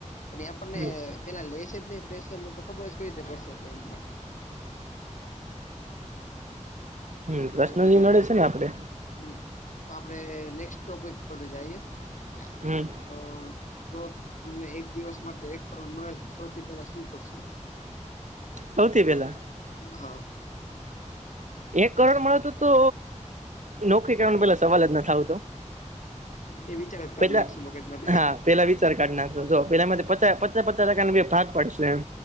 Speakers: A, on the left; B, on the right.
A: પણ એ આપણને
B: હમ
A: પેલા લેશે જ નહી ફ્રેશર ને તો ખબર જ કઈ રીતે પડશે કેમ પણ
B: હમ પ્રશ્ન
A: એવું છે
B: જે નડે
A: ત્યાર
B: ને આપડે
A: હમ તો આપડે નેક્સ્ટ ટોપિક પર જાઈએ યા
B: હમ
A: અ જો તમને એક દિવસ માટે એક કરોડ મળે તો સૌથી પહેલા શું કરશો?
B: સૌથી પહેલા
A: હા
B: એક કરોડ મળે તો તો નોકરી કરવાનું પેલા સવાલ જ નથ આવતો
A: એ વિચાર જ કાઢ
B: પેલા
A: નાખશું મગજ માંથી
B: હા પેલા વિચાર કાઢ નાખશો જો પેલામાં પચા પચા ટકા ના બે ભાગ પાડશુ એમ